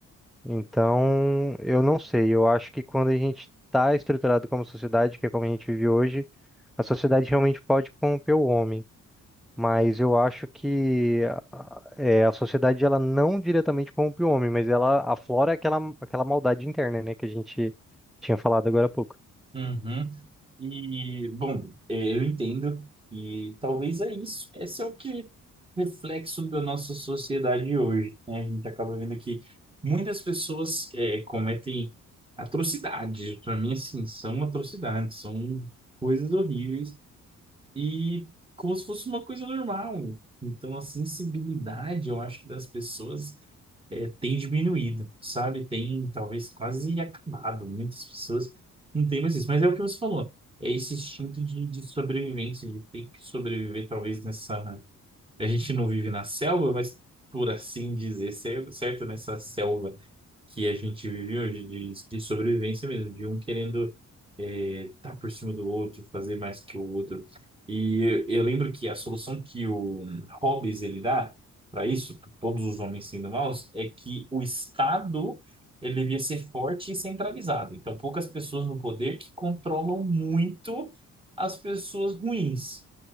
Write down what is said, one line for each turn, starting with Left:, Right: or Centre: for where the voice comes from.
Centre: Então, eu não sei. Eu acho que quando a gente está estruturado como sociedade, que é como a gente vive hoje, a sociedade realmente pode corromper o homem. Mas eu acho que é, a sociedade ela não diretamente corrompe o homem, mas ela aflora aquela, aquela maldade interna, né, que a gente tinha falado agora há pouco.
Right: Uhum. E, bom, é, eu entendo, e talvez é isso. Esse é o que reflexo da nossa sociedade hoje, né? A gente acaba vendo que muitas pessoas é, cometem atrocidades. Para mim, assim, são atrocidades, são coisas horríveis e como se fosse uma coisa normal. Então, a sensibilidade, eu acho que das pessoas é, tem diminuído, sabe? Tem talvez quase acabado. Muitas pessoas não têm mais isso. Mas é o que você falou. É esse instinto de, de sobrevivência, de ter que sobreviver, talvez nessa. A gente não vive na selva, mas por assim dizer, cer- certo? Nessa selva que a gente vive hoje de, de sobrevivência mesmo, de um querendo é, tá por cima do outro, fazer mais que o outro. E eu, eu lembro que a solução que o Hobbes ele dá para isso, pra todos os homens sendo maus, é que o Estado ele devia ser forte e centralizado. Então, poucas pessoas no poder que controlam muito as pessoas ruins.